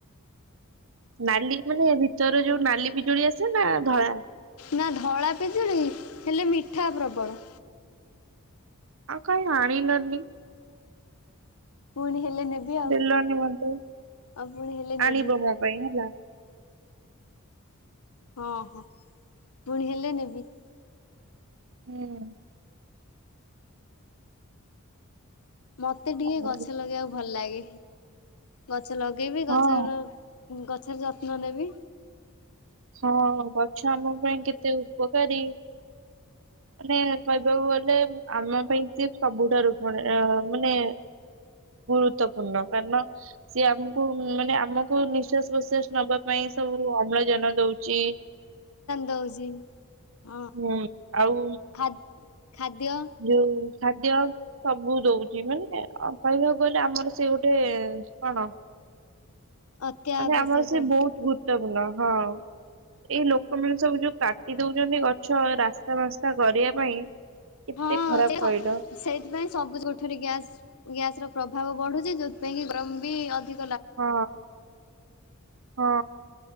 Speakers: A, on the right; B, on the left.
A: ନାଲି ମାନେ ଭିତର ଯୋଉ ନାଲି ପିଜୁଳି ଆସେ ନା ଧଳା।
B: ନାଁ ଧଳା ପିଜୁଳି ହେଲେ ମିଠା ପ୍ରବଳ।
A: ଆଉ କାଇଁ ଆଣିଲନି।
B: ପୁଣି ହେଲେ ନେବି। ଆଉ
A: ଦେଲନି ମୋତେ
B: ଆଉ ପୁଣି ହେଲେ ନେବି
A: ଆଣିବ ମୋ ପାଇଁ ହେଲା।
B: ହଁ ହଁ ପୁଣି ହେଲେ ନେବି।
A: ହୁଁ ହୁଁ
B: ମତେ ଟିକେ
A: ଆଉ
B: ଗଛ ଲଗେଇବାକୁ ଭଲ ଲାଗେ ଗଛ ଲଗେଇବି
A: ହଁ
B: ଗଛର ଗଛର ଯତ୍ନ ନେବି।
A: ହଁ ଗଛ ଆମପାଇଁ କେତେ ଉପକାରୀ? ମାନେ କହିବାକୁ ଗଲେ ଆମ ପାଇଁ ସିଏ ସବୁଠାରୁ ବଢିଆ। ମାନେ ଗୁରୁତ୍ୱପୂର୍ଣ୍ଣ କାରନ ସିଏ ଆମକୁ ମାନେ ଆମକୁ ନିଶ୍ୱାସ ପ୍ରଶ୍ୱାସ ନବାପାଇଁ ସବୁ ଅ ଅମ୍ଳଜାନ ଦଉଚି
B: ଦଉଛି ହଁ
A: ହୁଁ ଆଉ
B: ଖା ଖାଦ୍ୟ
A: ଯଉ ଖାଦ୍ୟ ସବୁ ଦଉଚି ମାନେ କହିବାକୁ ଗଲେ ଆମର ସିଏ ଗୋଟେ କଣ?
B: ଅତି
A: ମାନେ
B: ଆବଶ୍ୟକ
A: ଆମର ସିଏ ବହୁତ ଗୁରୁତ୍ୱପୂର୍ଣ୍ଣ ହଁ। ଏଇ ଲୋକମାନେ ସବୁ ଯୋଉ କାଟି ଦଉଛନ୍ତି ଗଛ ରାସ୍ତା ଫାସ୍ତା କରିବା ପାଇଁ କେତେ
B: ହଁ
A: ଖରାପ
B: ସେଇରାକ
A: କହିଲ
B: ସେଇ ସେଥିପାଇ ସବୁଜ କୋଠରୀ ଗ୍ୟାସ ଗ୍ୟାସର ପ୍ରଭାବ ବଢୁଚି ଯୋଉଥିପାଇଁକି ଗରମବି ଅଧି
A: ହଁ ହଁ